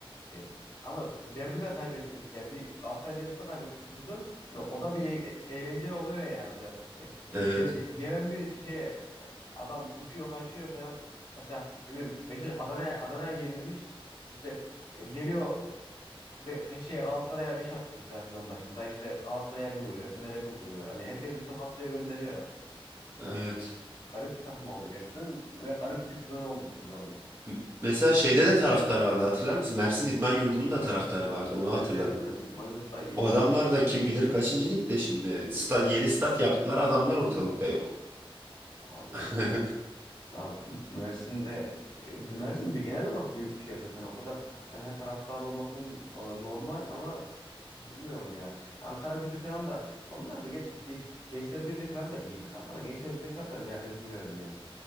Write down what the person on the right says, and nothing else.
Evet
evet.
M- Mesela şeyde de taraftar vardı hatırlar mısın? Mersin İdman Yurdu'nun da taraftarı vardı onu
hatırladım.
O adamlar da kim bilir kaçıncı ligde şimdi. Sta- yeni stat yaptılar adamlar ortalıkta yok.
<laughs>